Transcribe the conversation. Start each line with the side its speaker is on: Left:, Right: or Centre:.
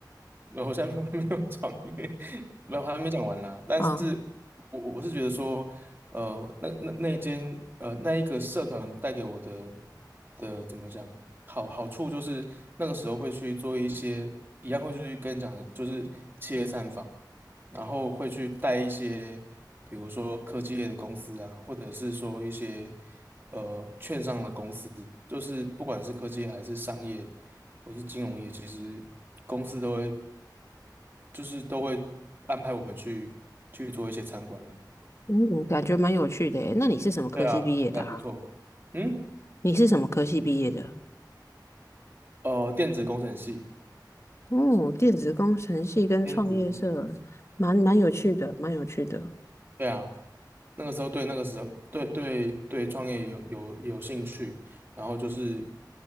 Right: 没有，我现在没有 <laughs> 没有创业，没有还没讲完啦。但是
Left: <laughs> 啊。
Right: 我我是觉得说，呃，那那那一间呃那一个社团带给我的的怎么讲好好处就是那个时候会去做一些一样会去跟你讲，就是企业参访，然后会去带一些比如说科技业的公司啊，或者是说一些呃券商的公司，就是不管是科技还是商业。或是金融业，其实公司都会就是都会安排我们去去做一些参观的。
Left: 嗯，感觉蛮有趣的诶。那你是什么科系毕业的啊？
Right: 对啊，还不错。嗯，
Left: 你是什么科系毕业的？
Right: 呃，电子工程系，
Left: 哦，电子工程系跟创业社，
Right: 电子工程，
Left: 蛮蛮有趣的，蛮有趣的。
Right: 对啊，那个时候对那个时候对对对创业有有有兴趣，然后就是